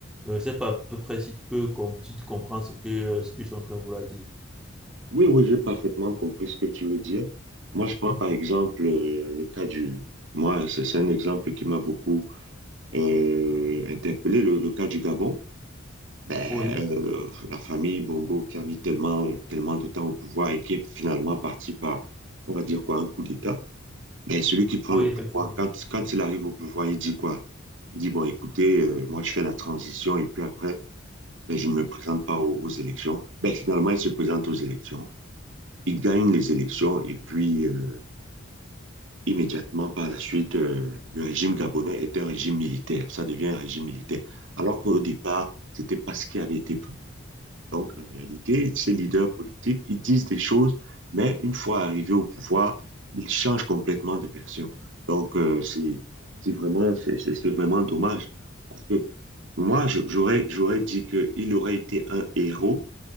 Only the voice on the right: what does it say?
Oui, oui, j'ai parfaitement compris ce que tu veux dire. Moi, je prends par exemple euh, le cas du... Moi, c'est c'est un exemple qui m'a beaucoup euh, interpellé, le, le cas du Gabon. Ben,
euh, la famille Bongo qui a mis tellement, tellement de temps au pouvoir et qui est finalement parti par, on va dire quoi, un coup d'État. Mais celui qui prend
le
pouvoir, quand, quand il arrive au pouvoir, il dit quoi? Il dit, bon, écoutez, euh, moi je fais la transition et puis après, ben, je ne me présente pas aux, aux élections. Ben, finalement, il se présente aux élections. Il gagne les élections et puis euh, immédiatement par la suite, euh, le régime gabonais est un régime militaire. Ça devient un régime militaire. Alors qu'au départ, c'était pas ce qui avait été prévu. Donc, en réalité, ces leaders politiques, ils disent des choses, mais une fois arrivés au pouvoir, ils changent complètement de version. Donc, euh, c'est c'est vraiment, c'est c'est- c'est vraiment dommage. Parce que moi, je- j'aurais, j'aurais dit qu'il aurait été un héros